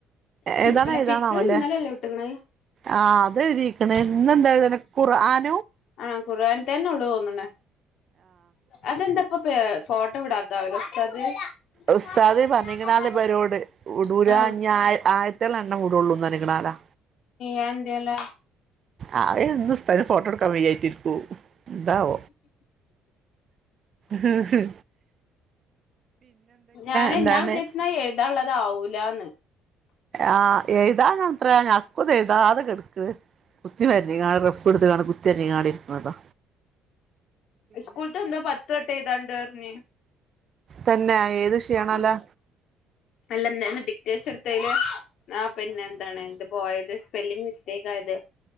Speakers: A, on the right; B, on the left.
A: ഏതാണോ
B: അല്ല
A: ഏതാണാവല്ലെ
B: ഫിക്ക് ഇന്നലെല്ലേ വിട്ട്ക്ക്ണത്
A: ആ അത് എഴുതിക്കണ് ഇന്ന എന്താനീ ഖുർ ഹാണോ
B: ആഹ കുഖർആൻ തന്നെ ഉള്ളത് തോന്നണേ അതെന്താപ്പ പേ ഫോട്ടോ വിടാത്താവലെ ഉസ്താദ്
A: ഉസ്സാദ്
B: ഫോട്ടോ വിട്ണ
A: പറഞ്ഞിക്കണല്
B: പരിപാടി
A: പരോട്
B: നിർത്തി.
A: വിടൂലാ
B: ആഹ്
A: ഞാ ആ ആയിരത്തി എറ്റല്ല എണ്ണ കൂടുള്ളൂന്ന നനങ്ങണാലാ
B: ആ എന്തേലിയോ
A: ആ എന്ന് ഉസ്താദിന് ഫോട്ടോ എടുക്കാൻ വൈായിട്ടിരിക്കു ദാവ ഹ് ഹ്ഹ
B: ഞൻഞാ
A: എന്താണ്
B: വിചാരിച്ചിരിക്കണേ എഴുതാനുള്ളത്ാവൂലന്ന്
A: ആ് എഴുതാത്ര അക്കുത എഴുതാതെ കെടുക്ക കുത്തി മരഞ്ഞങ്ങട് റഫ് എടുത്ത കാാണ് കുത്തി അഞ്ഞങ്ങടി ഇരിക്കുന്നതോ
B: സ്കൂള ത എന്ത പത്ത് തട്ട എതാണ്ട്ഞ്ഞ
A: തന്നെ ഏത് വിഷയാണോല്ലോ
B: ഉ അല്ല ഡിക്റ്റേഴ്സ് എടുത്തതില് ആ പിന്നെ എന്താണ് എന്ന്ത് പോയത് സ്പെല്ലിങ് മിസ്റ്റേക്ക് ആയത്